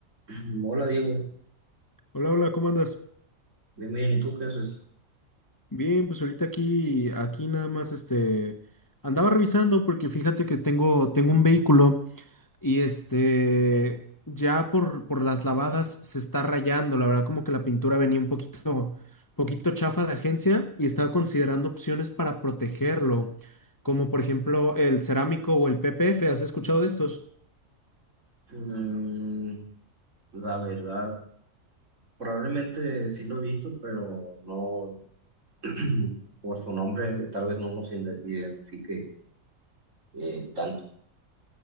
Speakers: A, on the right; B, on the left.
A: <clears throat> Hola Diego,
B: Hola, hola, ¿cómo andas?
A: bien, bien, ¿y tú qué haces?
B: Bien, pues ahorita aquí, aquí nada más, este, andaba revisando porque fíjate que tengo, tengo un vehículo y este, ya por, por las lavadas se está rayando, la verdad como que la pintura venía un poquito, poquito chafa de agencia y estaba considerando opciones para protegerlo, como por ejemplo el cerámico o el PPF, ¿has escuchado de estos?
A: Mm, la verdad, probablemente sí lo he visto, pero no <clears throat> por su nombre, tal vez no nos inde- identifique eh, tanto.